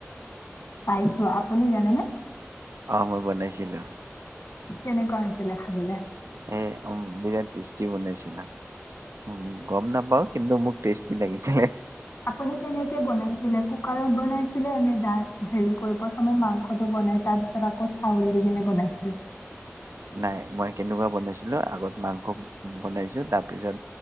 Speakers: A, on the left; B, on the right.
A: পাইছোঁ আপুনি জানেনে?
B: অ', মই বনাইছিলোঁ।
A: তেনেকুৱা হৈছিলে খাবলে?
B: এ, উম বিৰাট টেষ্টি বনাইছিলা। উম গম নাপাওঁ কিন্তু মোক টেষ্টি লাগিছিলে
A: আপুনি কেনেকে বনাইছিলে? কুকাৰত বনাইছিলে নে দা হেৰি কৰি প্ৰথমে মাংসটো বনাই তাৰপিছত আকৌ চাউল দি কিনে বনাইছিলে?
B: নাই মই কেনুকুৱা বনাইছিলোঁ আগত মাংস বনাইছোঁ তাপিছত